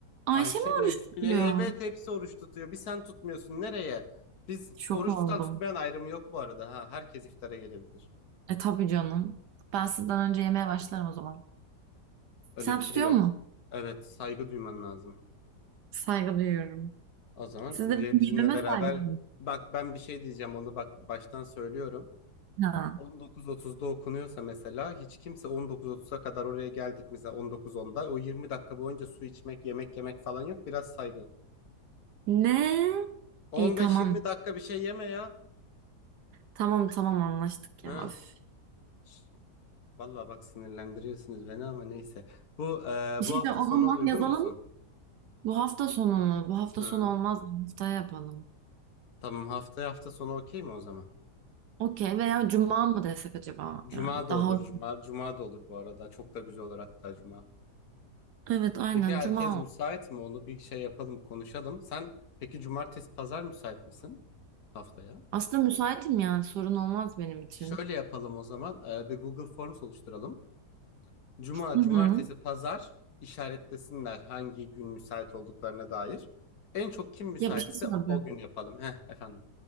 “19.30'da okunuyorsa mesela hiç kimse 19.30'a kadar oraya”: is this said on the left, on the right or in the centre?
Left